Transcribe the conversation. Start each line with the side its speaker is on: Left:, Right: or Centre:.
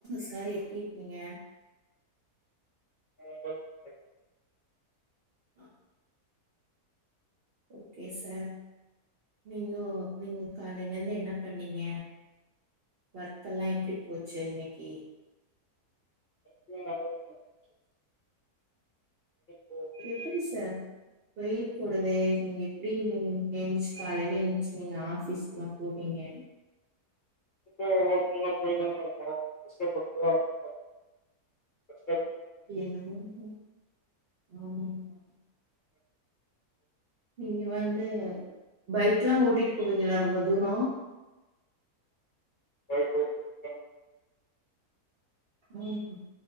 Right: Sir எப்டி இருக்கிங்க
Left: <inaudible>
Right: ஆ okay sir நீங்கோ நீங்க காலைல இருந்து என்ன பண்ணிங்க ஒர்க் எல்லா எப்படி போச்சு இன்னைக்கு
Left: ஒர்க்லா நல்லாதாமா போச்சு <inaudible>
Right: எப்படி சார் வெயில் போடுதே நீங்க எப்படி எந்ச்சு காலையில எழுந்ச்சு நீங்க ஆபீஸ்க் எல்லா போவீங்க
Left: <inaudible> போய் தான மேடம் ஆகணு <inaudible>
Right: என்னவோங்க ஆமாங்க நீங்க வந்து பைக்ல்லா ஓட்டிட்டு போவிங்களா ரொம்ப தூர
Left: <inaudible>
Right: ம்